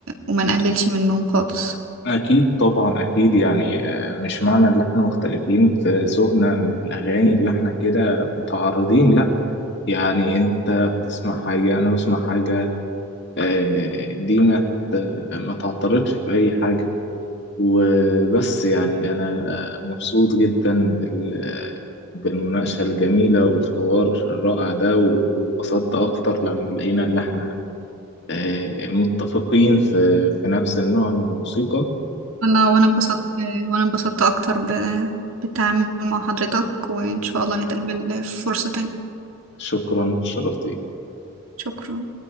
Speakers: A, on the right (about 75°); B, on the left (about 50°).
A: وما نقللش منهم خالص
B: اكيد طبعا اكيد يعني آه، مش معنى ان احنا مختلفين في ذوقنا من الاغاني اللي احنا كده متعارضين لا يعني انت بتسمع حاجه انا بسمع حاجه آه، دي ما ت- ما تعترضش في اي حاجه وبس يعني انا مبسوط جدا بال بالمناقشه الجميله والحوار الرائع ده و- واتبسطت اكتر لما لقينا اللي احنا آه، متفقين في في نفس النوع من الموسيقى
A: انا وانا اتبسطت وانا اتبسطت اكتر ب... بالتعامل مع حضرتك وان شاء الله نتقابل في فرصة تانية
B: وشكرا شرفت بيك.
A: شكرا